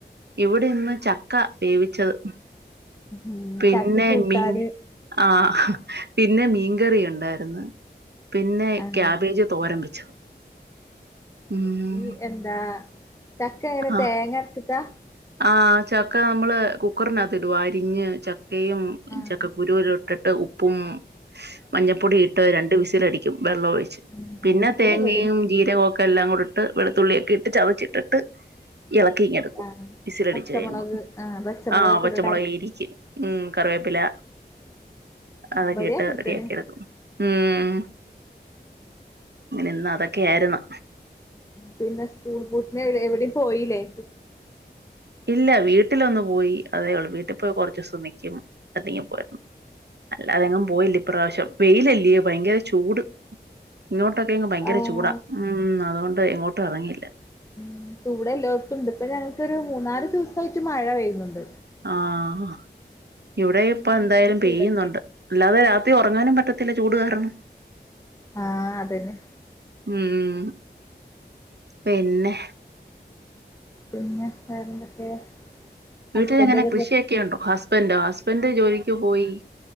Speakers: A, on the right; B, on the left.
A: ഇവിടെ ഇന്ന് ച ചക്ക വേവിച്ചത്
B: ഉം
A: പിന്നെ
B: ചക്ക കൂട്ടാന്
A: മീൻ ആഹ് പിന്നെ മീൻകറിയുണ്ടായിരുന്നു. പിന്നെ
B: ആഹ്
A: ക്യാബേജ് തോരൻ വെച്ചു ഉം
B: ഈ എന്താ ചക്ക എങ്ങനെ
A: ആഹ്
B: തേങ്ങരച്ചിട്ടാ?
A: ആഹ് ചക്ക നമ്മള് കുക്കറിനകത്ത് ഇടുവാ അരിഞ്ഞ് ച ചക്കയും
B: ആഹ്
A: ചക്ക കുരു <unintelligible> ഇട്ടിട്ട് ഉപ്പും മഞ്ഞപ്പൊടി ഇട്ട് രണ്ട് വിസിലടിക്കും വെള്ളൊഴിച്ച്
B: ഉം
A: പിന്നെ
B: അങ്ങൻത്തന്നെ
A: തേങ്ങയും
B: ഇബടിം
A: ജീരകവും ഒക്കെ എല്ലാം കൂടെ ഇട്ട് വെളുത്തുള്ളിയൊക്കെ ഇട്ട് ചതച്ചിട്ടിട്ട് ഇളക്കിയിങ്ങെടുക്കും
B: ആഹ്
A: വിസിലടിച്ച്
B: പച്ചമുളക്
A: കഴിയുമ്പം
B: ആഹ് പച്ചമുളകൊക്കെ
A: ആ പച്ചമുളക്
B: ഇട്ടിട്ട് അരക്കും
A: ഇടിക്കും മ് കറിവേപ്പില അതൊക്കെഇട്ട്
B: ഇബടിം അങ്ങൻത്തന്നെ
A: റെഡിയാക്കി എടുക്കും ഉം അങ്ങനെ ഇന്ന് അതൊക്കെ ആര്ന്നു.
B: പിന്നെ സ്കൂൾ ബൂട്ടിനെ എവിടെ പോയീല്ലേ?
A: ഇല്ല വീട്ടിലൊന്നു പോയി അതേ ഉള്ളൂ വീട്ടി പോയി കുറച്ചിസം നിക്കും അല്ലെങ്കും പോയിരുന്നു അല്ല അതെങ്ങും പോയില്ല ഇപ്രാവശ്യം വെയിലല്ലയേ ഭയങ്കര ചൂ ചൂട് ഇങ്ങോട്ടൊക്കെങ്
B: ആഹ്
A: ഭയങ്കര ചൂടാ ഉം അതുകൊണ്ട് എങ്ങോ ട്ട് എറങ്ങിയില്ല
B: ഉം ചൂട് എല്ലോട്ത്തും ഇണ്ട് ഇപ്പ ഞങ്ങ <unintelligible> ഒരു മൂന്നാല് ദിവസായിട്ട് മഴ പെയ്യ്ന്ന്ണ്ട്
A: ആഹ് ഇവ്ടെ
B: പിന്നെ
A: ഇപ്പ
B: പിന്നെ നല്ല
A: എന്തായാലും
B: ചൂടല്ലേ
A: പെയ്യ്ന്നുണ്ട് അല്ലാതെ രാത്രി ഒറങ്ങാനും പറ്റത്തില്ല ചൂട് കാരണം
B: ആഹ് അതന്നെ
A: ഉം പിന്നെ
B: പിന്നെ വേറെന്തൊക്കെ ഹസ്ബൻഡ്
A: വീട്ട്ല് എങ്ങനെ
B: ഒക്കെ
A: കൃഷിയൊക്കെ
B: പോ
A: ഉണ്ടോ? ഹസ്ബന്റോ ഹസ്ബന്റ് ജോലിക്ക് പോയി